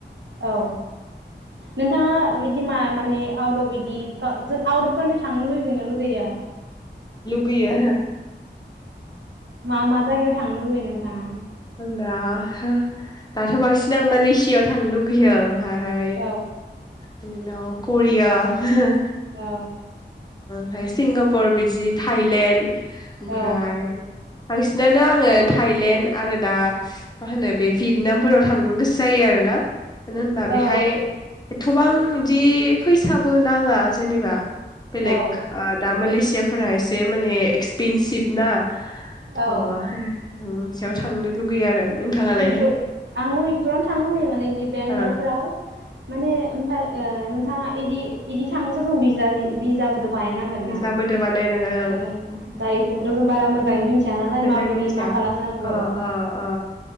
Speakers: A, on the right; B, on the left.
A: औ नोंथाङा ओ बिदि मा माने आउट अफ बिदि का जोल आउट अफ कान्ट्रि थांनो लुुगैगोन ना लुगैया?
B: गैयो
A: मा मा जायगायाव थां थांनो लुबैयो नोंथाङा?
B: आं दा हो दाथ' बांसिन आं मालसियाव थांनो लुगैयो। ओमफाय
A: औ
B: बिनि उनाव करिया हो।
A: औ
B: ओमफ्राय सिंगापुर बिदि थाइलेण्ड ओमफ्राय
A: औ
B: बांसिनानो आंङो थाइलेण्ड आरो दा मा होनो बे फिडनामफोराव थांनो गोसो जायो आरो ना। मानो होनबा बेहाय
A: औ
B: एथ'बां इदि फैसाबो नाङा जेनेबा बेलेक
A: औ
B: आ दा मालेसिया फोरा एसे माने एक्सपेनसिभ ना
A: औ
B: अ <inaudible> सायाव थांनो लुगैयो आरो नोंथाङालाय
A: इपुर आंबो इपुरावनो थां लैयो माने बिदि बेंगलरफ्राव
B: ओ
A: माने ओमफफ्य ओ नोंथाङा बिदि बिदि थांनोथ' जों बिज्लाबै बिजाब दा बानाय नांगोनना
B: बिजाबोदोबा नायनांगोन ओं
A: ओ दा इफोरखौथ' जों बारा मोजाङै दानालाय
B: बेखायनो
A: माबायदि
B: मिथिया
A: मा खालामनांगौ
B: अ
A: औ।
B: अ अ